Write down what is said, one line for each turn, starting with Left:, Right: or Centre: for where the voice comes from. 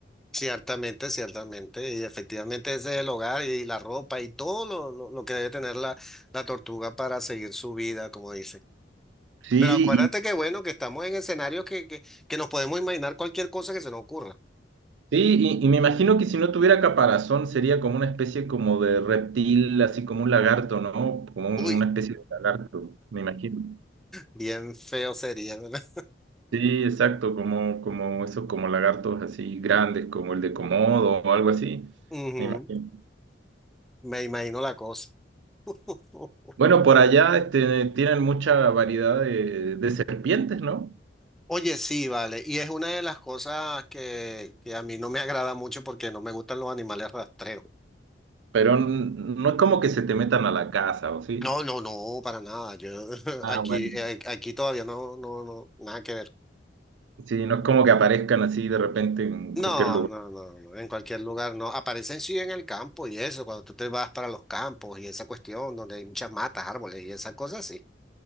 Centre: Ciertamente, ciertamente, y efectivamente ese es el hogar y la ropa y todo lo, lo- lo que debe tener la, la tortuga para seguir su vida, como dice.
Right: Sí,
Centre: Pero acuérdate que bueno, que estamos en escenarios que, que, que nos podemos imaginar cualquier cosa que se nos ocurra.
Right: Sí, y, y me imagino que si no tuviera caparazón sería como una especie como de reptil, así como un lagarto, ¿no? Como un-
Centre: Uy,
Right: una especie de lagarto, me imagino.
Centre: bien feo sería, ¿verdad?
Right: Sí, exacto, como, como esos como lagartos así grandes, como el de Komodo o algo así,
Centre: <laughs> Ujú,
Right: me imagino.
Centre: me imagino la cosa. <laughs>
Right: Bueno, por allá este, tienen mucha variedad de, de serpientes, ¿no?
Centre: Oye, sí, vale. Y es una de las cosas que, que a mí no me agrada mucho porque no me gustan los animales rastreros.
Right: Pero n- no es como que se te metan a la casa, ¿o sí?
Centre: No, no, no, para nada. Yo <laughs>
Right: Ah,
Centre: aquí,
Right: bueno.
Centre: eh, aquí todavía no, no, no, nada que ver.
Right: Sí, no es como que aparezcan así de repente en
Centre: No,
Right: cualquier lugar.
Centre: no, no, no, en cualquier lugar no. Aparecen sí en el campo y eso, cuando tú te vas para los campos y esa cuestión donde hay muchas matas, árboles y esas cosas, sí.